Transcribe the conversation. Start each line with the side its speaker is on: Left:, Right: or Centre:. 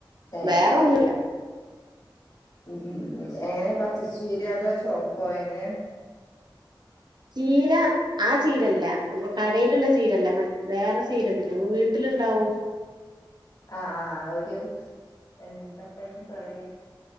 Left: ഏഹ്
Right: വേറെഒന്നുമില്ല
Left: ഉം ഉം ഉം എങ്ങനെ പ തൃശ്ശൂര് അതാചോ പോയെങ്ങനെയാ
Right: ചീര ആ ചീരല്ല നമ്മ കടയിലുള്ള ചീരല്ല മറ്റ വേറെ ചീരിണ്ട് അതാവുമ്പോ വീട്ടിലിണ്ടാവോ
Left: ആ ആ ഒരു എന്താപ്പയിന് പറയാ